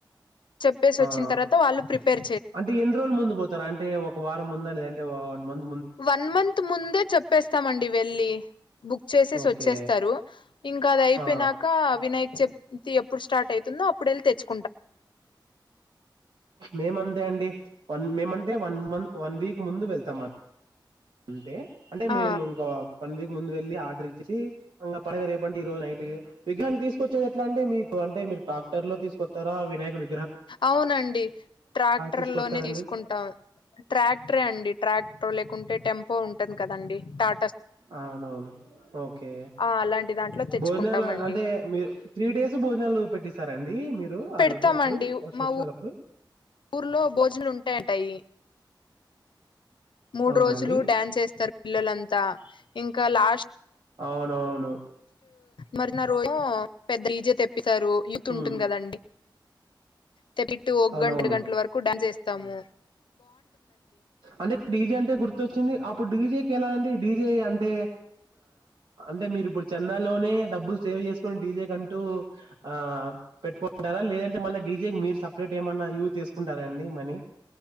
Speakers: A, on the left; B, on the right.
A: చెప్పేసి వ వచ్చ
B: ఆ
A: తర్వాత వాళు ప్రిపేర్
B: అంటే ఎన్ని రోజులు ముందు పోతారుా అంటే ఒక వారం ముందా లేదంటే ముంద
A: వన్ మంత్ ముందే చెప్పేస్తామండి వెళ్ళి బుక్ చేసేసి
B: ఓకే
A: వచ్చేస్తారు ఇంకా అది అయిపోయినాక
B: ఆ
A: అ విినయక్ చెప్ి ఎప్పుడు స్టార్ట్ అవుతుందో అప్పుడు వెళ్ళి తెచ్చుకో
B: మేము అంతే అండి వన్ మేమంటే వన్ మంత్ వన్ వీక్ ముందు వెళ్తాంని అంతే అంటే
A: ఆ
B: మేము ఇంకా పనిపి ముందు వెళ్లి ఆడరించి అ పడగర ఈ రజు విగహన్ని తీసుకొచ్చది ఎట్లా అంటే మీకు అంటే మీరు తా ర్ లో తీసుకొస్తారా వియకుడు
A: అవునండి ట్రాక్టర్
B: తీసుకొస్తారండి
A: లోనే తీసుకుంటాం ట్రాక్టరే అండి ట్రాక్టర్ లేకుంటే టెంపో ఉం ంది కదండి త
B: అవునవును ఓకే
A: ఆ అలాంటి దాంట్లో తెచ్చుకుంటామండి
B: భోజనాలు అంటే మీరు త్రీ డేస్ భోజనాలు పెట్టిస్తారంండి అండి మీరు ఆ
A: పెడతామండి
B: రోజు అప్పుడు ఫెస్టివల్
A: మా
B: అప్పుడు
A: ఊర్లో భోజనాలు ఉంటాయంటాయి మూడు
B: అవునా
A: రోజులు
B: అండి
A: డ్యాన్స్ వేస్తారు పిల్లలంతా ఇంకా లాస్ట్
B: అవునవును
A: మరిిన రోజ పెద్ద ఈజ తె స్తారు యూత్ ఉంటుంది
B: ఉమ్
A: కదండి తెప్ప ఇట్టు ఒక
B: అవునవును
A: గంట గంటల వరకు డ్యాన్స్ వేస్తాము
B: అంటే డీజే అంటే గుర్తొచ్చింది అప్పుడు డీజే ఎలా అండి డీజే అంటే అంటే మీరు ఇప్పుడు చెన్నై లోనే డబ్బులు సేవ్ చేసుకుొని డీజే క అంటూ ఆ పెట్టుకుంటారా లేదంటే మళ్ళీ డీజే మీరు సపరేట్ ఏమన్నా యూ్ తీసుకుంటారా అండి మనీ